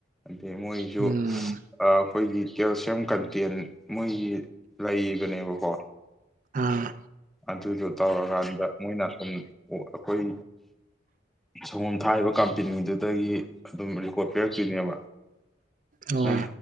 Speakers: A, in the centre; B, on the right.
A: ꯑꯗꯩ ꯃꯣꯏꯖꯨ
B: ꯎꯝ
A: ꯑꯥ ꯑꯩꯈꯣꯏꯒꯤ ꯀꯦꯜꯁꯤꯌꯝ ꯀꯟꯇꯦꯟ ꯃꯣꯏꯒꯤ ꯂꯩꯕꯅꯦꯕꯀꯣ
B: ꯑꯥ꯫
A: ꯑꯗꯨꯗꯣ ꯇꯧꯔꯀꯥꯟꯗ ꯃꯣꯏꯅ ꯁꯨꯝ ꯑꯩꯈꯣꯏ ꯁꯪꯒꯣꯝ ꯊꯥꯔꯤꯕ ꯀꯝꯄꯦꯅꯤꯗꯨꯗꯒꯤ ꯑꯗꯨꯝ ꯔꯤꯄꯣꯠ ꯄꯤꯔꯛꯇꯣꯏꯅꯦꯕ
B: ꯑꯣ
A: ꯅꯪ